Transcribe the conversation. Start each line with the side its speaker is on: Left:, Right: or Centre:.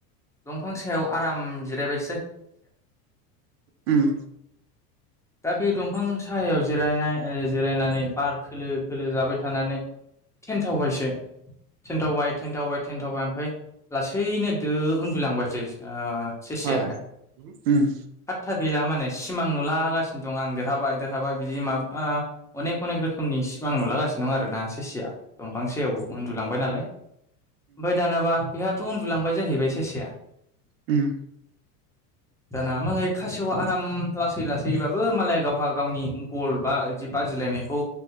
Centre: दंफां सायाव आराम जिरायबाय
Right: उम
Centre: दा बे दंफां साहायाव जिरायनाय जिरायनानै बार खोलो खोलो जाबाय थानानै थेनथावबायसो थेनथावबाय थेन्थावबाय थेनथावबाय ओमफ्राय लासैनो दो उ सो सेसायाहाय
Right: औ उम
Centre: फाथा गैला माने सिमां नुलागासे दं आं देरहाबाय देरहाबाय बिदि माबा अनेक अनेक रोखोमनि सिमां नुलागासिनो दं आरोना सेसाया दंफां सेराव उन्दुलांबाय नालाय ओमफ्राय दानाबा बेहाथ' लांबाय जाहैबाय सेेसाया
Right: उम
Centre: जाना मालाय खासेया आराम लासै लासैबाबो मालाया गावहा गावनि गल बाब बाजिलायनायखौ